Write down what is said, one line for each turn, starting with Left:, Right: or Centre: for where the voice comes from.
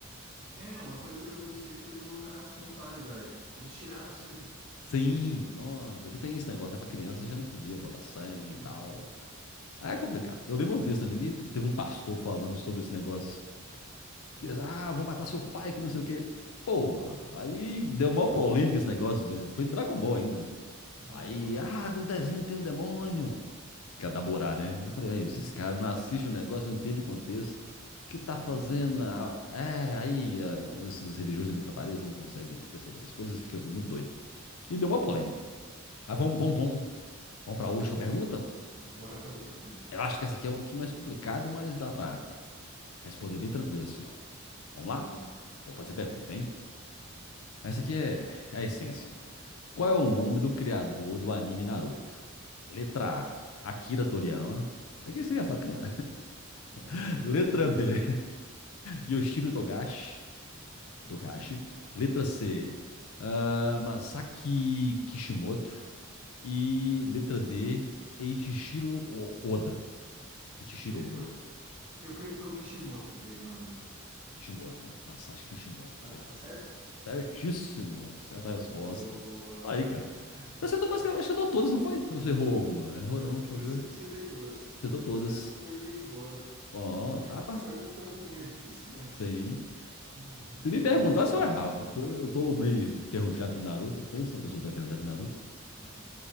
Right: É, uma coisa que eu não gostei foi do Nanatsu no Taizai. Eles tiraram sangue.
Left: Sim, nossa, que tem esse negócio, né? Pra criança já não podia botar sangue
Right: Ah,
Left: e tal. Aí é complicado. Eu lembro uma vez também que teve um pastor falando sobre esse negócio. Que,
Right: hum,
Left: ah, vou matar seu pai, que não sei o quê. Porra, aí deu maior polêmica esse negócio. de- Foi em Dragon Ball ainda.
Right: Dragon
Left: Aí,
Right: Ball.
Left: ah, o desenho tem um demônio. que é da Borá, né? Eu falei, aí, esses
Right: Uhum,
Left: caras não assistem o negócio, não entendem o contexto. O que
Right: ah, Sim,
Left: tá fazendo?
Right: já vai julgando.
Left: Ah, É, aí ah, esses religiosos da Mitrapariz não conseguem perceber essas coisas, fica muito doido. E deu uma polêmica.
Right: Entendi.
Left: Mas vamos, vamos, vamos, vamos para a última pergunta?
Right: Bora pra última pergunta.
Left: Eu acho que essa aqui é um pouquinho mais complicada, mas dá para responder bem tranquilo assim, ó. Vamos
Right: Boa.
Left: lá? Vou
Right: Bora.
Left: fazer a pergunta, hein? Essa aqui é, é a essência. Qual é o
Right: Beleza.
Left: nome do criador do anime Naruto? Letra
Right: Ixi.
Left: A, Akira Toriyama. Daqui você já
Right: Hum.
Left: sabe que não é.
Right: <laughs> Esse
Left: <laughs>
Right: eu
Left: Letra
Right: já sei que
Left: B,
Right: não é.
Left: Yoshiro Togashi,
Right: Ah.
Left: Togashi. Letra C, ah, Masaki Kishimoto. E letra D, Eiichiro Oda. Eiichiro
Right: Eu, eu,
Left: Oda.
Right: eu creio que foi o Kishimoto que fez o Naruto.
Left: Kishimoto. Masashi Kishimoto.
Right: Tá,
Left: Letra
Right: tá
Left: C.
Right: certo?
Left: Certíssimo. Certa resposta.
Right: Boa.
Left: Aí, cara.
Right: Da hora.
Left: Você acertou basicamente, acertou todas, não foi? Ou você errou alguma? Errou
Right: Eu,
Left: não, deixa
Right: eu
Left: eu
Right: acer-
Left: ver.
Right: acertei todas.
Left: Acertou todas.
Right: Essa foi bem de boa.
Left: Bom,
Right: Essa,
Left: tá, tá.
Right: essa última foi um pouco mais difícil, <laughs> mas.
Left: Sim.
Right: Hum, Faz
Left: Se me
Right: tempo
Left: perguntasse,
Right: que eu não falo
Left: eu
Right: dos
Left: errava.
Right: Kishimoto.
Left: Porque eu eu tô meio enferrujado em Naruto. Pensa uma pessoa que tá enferrujada em Naruto.
Right: né?